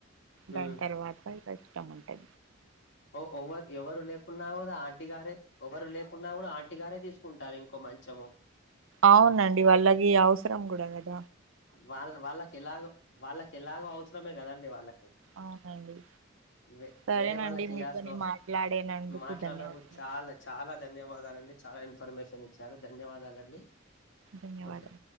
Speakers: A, on the left; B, on the right.
A: హ్మ్
B: దాని తర్వాత ఇష్టం ఉంటే
A: ఓ ఓ ఎవరు ఎవరు లేకున్నా కూడా ఆ ఆంటి గారే ఎవరు లేకున్నా కూడా ఆంటిగారే తీసుకుంటారు ఇంకో మంచము.
B: అవునండి వాళ్ళకి అవసరం కూడా నట
A: వాళ్ళ వాళ్ళకి ఎలాగో వాళ్ళకి ఎలాగో అవసరమే కదండి వాళ్ళకి.
B: అవునండి
A: వే
B: సరేనండి
A: వేరే వాళ్ళ చేయాల్సిన
B: మీతోని
A: అవసరం
B: మాట్లాడేనందుకు
A: మాట్లాడనాక
B: ధన్యవాదాలు
A: చాలా చాలా ధన్యవాదాలండి. చాలా ఇన్ఫర్మేషన్ ఇచ్చారు ధన్యవాదాలండి.
B: ధన్యవాదాలు
A: ఓకే